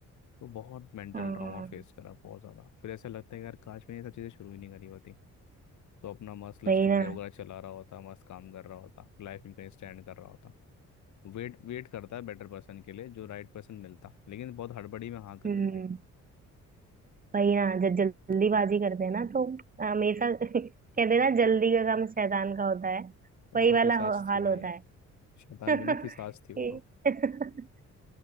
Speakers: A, on the left; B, on the right.
A: तो बहुत मेंटल
B: हाँ
A: ट्रॉमा फेस करा बहुत ज़्यादा फिर ऐसा लगता है यार काश मैंने ये सब चीज़ें शुरू ही नहीं करी होती तो अपना मस्त
B: वही
A: स्टूडियो
B: ना
A: वगैरह चला रहा होता मस्त काम कर रहा होता लाइफ में कहीं स्टैंड कर रहा होता वेट वेट करता है बेटर पर्सन के लिए जो राइट पर्सन मिलता लेकिन बहुत हड़बड़ी में हाँ कर
B: हम्म
A: दी थी
B: वही ना जब जल्दीबाजी करते हैं ना तो हमेशा <laughs> कहते हैं ना जल्दी का काम शैतान का होता है
A: वो
B: वही
A: तो
B: वाला
A: पिशाच
B: हो- हाल
A: थी भाई
B: होता है
A: शैतान
B: <laughs>
A: भी नहीं पिशाच थी वो तो
B: कि- <laughs>